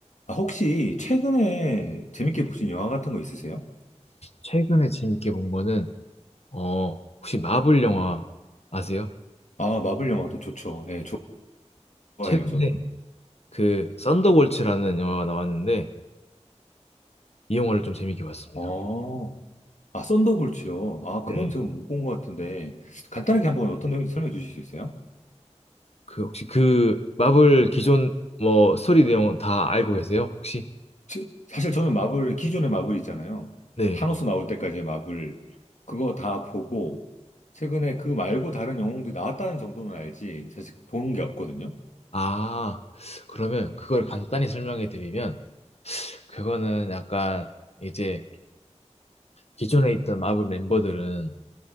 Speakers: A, on the left (about 80°); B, on the left (about 60°).
A: 아, 혹시 최근에 재밌게 보신 영화 같은 거 있으세요?
B: 최근에 재밌게 본 거는 어 혹시 마블 영화 아세요?
A: 아, 마블 영화도 좋죠. 예, 좋아해요,
B: 최근에
A: 저도.
B: 그 썬더볼츠라는 영화가 나왔는데 이 영화를 좀 재밌게 봤습니다.
A: 어, 아, 썬더볼츠요. 아, 그건
B: 네.
A: 제가 못 본 것 같은데, 간단하게 한번 어떤 내용인지 설명해 주실 수 있어요?
B: 그 혹시 그 마블 기존 뭐 스토리 내용 다 알고 계세요? 혹시?
A: 지- 사실 저는 마블, 기존의 마블 있잖아요.
B: 네.
A: 타노스 나올 때까지의 마블, 그거 다 보고, 최근에 그 말고 다른 영웅도 나왔다는 정도는 알지, 사실 본 게 없거든요.
B: 아, 그러면 그걸 간단히 설명해 드리면 그거는 약간 이제 기존에 있던 마블 멤버들은